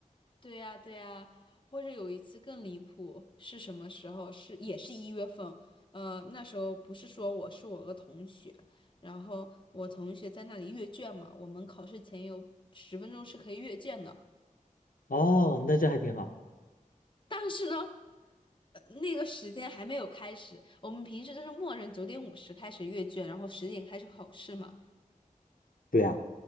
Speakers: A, on the left (about 35°); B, on the left (about 80°).
A: 对呀，对呀。或者有一次更离谱，是什么时候？是也是一月份。呃，那时候不是说我是我个同学，然后我同学在那里阅卷嘛，我们考试前有十分钟是可以阅卷的。
B: <laughs> 哦，那这还挺好。
A: 但是呢，呃那个时间还没有开始，我们平时就是默认九点五十开始阅卷，然后十点开始考试嘛。
B: 对呀、